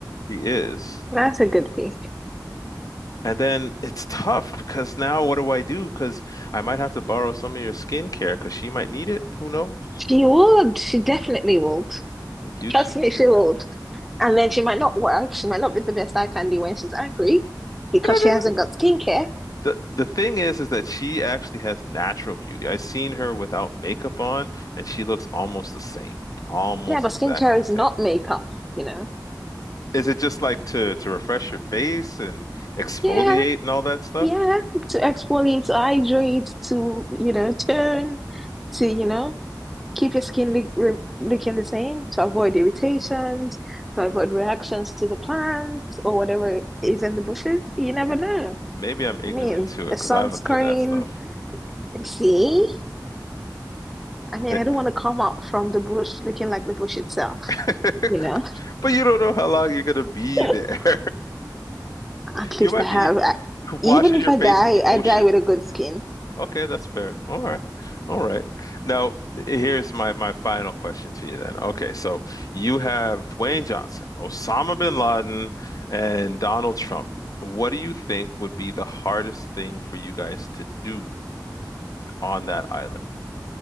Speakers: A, on the left; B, in the centre.
A: she is.
B: That's a good pick.
A: And then it's tough because now what do I do? Because I might have to borrow some of your skincare because she might need it. Who knows?
B: She would. She definitely would.
A: You
B: Trust
A: two
B: me,
A: could.
B: she would. And then she might not work. She might not be the best eye candy when she's angry because
A: <laughs>
B: she hasn't got skincare.
A: The the thing is is that she actually has natural beauty. I've seen her without makeup on and she looks almost the same. Almost
B: Yeah, but
A: exactly
B: skincare
A: the
B: is
A: same.
B: not makeup, you know?
A: Is it just like to to refresh your face and exfoliate
B: Yeah,
A: and all that stuff?
B: yeah. To exfoliate, to hydrate, to, you know, tone, to, you know, keep your skin li re looking the same to avoid irritations, to avoid reactions to the plants or whatever is in the bushes. You never know.
A: Maybe I'm ignorant
B: I mean,
A: to it
B: a sunscreen.
A: because I don't do that stuff.
B: See? I mean,
A: Ma-
B: I don't want to come out from the bush looking like the bush itself,
A: <laughs>
B: you know?
A: But you don't know how long you're gonna be
B: <laughs>
A: there. <laughs>
B: At
A: You
B: least
A: might
B: I have,
A: be
B: I, even
A: washing
B: if
A: your
B: I
A: face
B: die,
A: in the
B: I
A: ocean.
B: die with a good skin.
A: Okay, that's fair. All right. All right. Now, here's my my final question to you then. Okay, so you have Dwayne Johnson, Osama bin Laden, and Donald Trump. What do you think would be the hardest thing for you guys to do on that island?